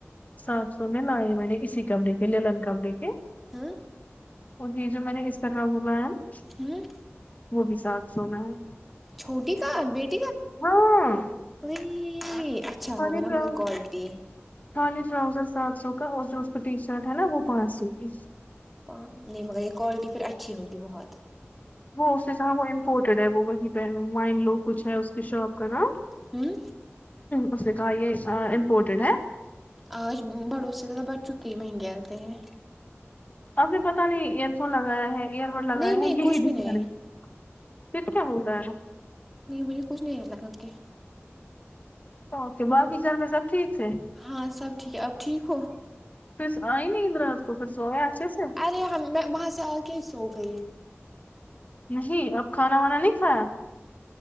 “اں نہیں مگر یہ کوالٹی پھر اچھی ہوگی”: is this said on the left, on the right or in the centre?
Centre